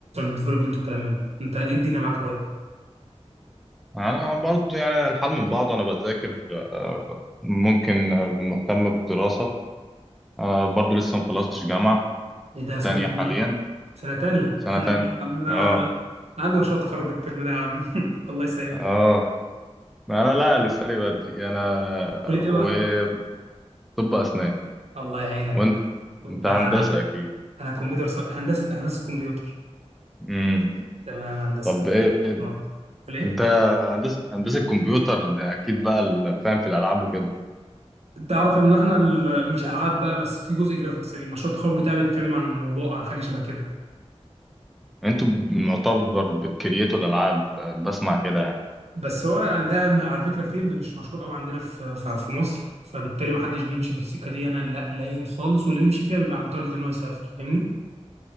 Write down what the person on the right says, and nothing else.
ديفلوبمنت والكلام من ده أنت إيه الدنيا معاك طيب؟
إيه ده سنة
سنة تانية
<laughs>
يا عم ده
عنده مشروع تخرج الترم ده يا عم <laughs> الله يسهل
لك
كلية
ايه
بقى؟
الله يعينك
يا معلم.
انا
انا كمبيوتر ص... هندسة هندسة كمبيوتر
تمام هندسة
آه. ليه؟
تعرف ان احنا ال... مش العاب بقى بس في جزء جرافيكس المشروع التخرج بتاعي بيتكلم عن موضوع عن حاجه شبه كده
بس هو يعني ده م- على فكره فيلد مش مشهور قوي عندنا في في في مصر فبالتالي ما حدش بيمشي في السكه دي انا لا قليل خالص واللي بيمشي فيها بيبقى متارجت ان هو يسافر فاهمني